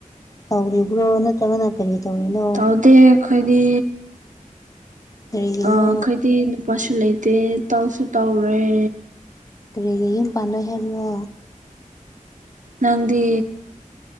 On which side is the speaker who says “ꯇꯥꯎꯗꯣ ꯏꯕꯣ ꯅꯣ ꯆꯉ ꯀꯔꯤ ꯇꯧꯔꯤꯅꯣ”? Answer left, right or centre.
Left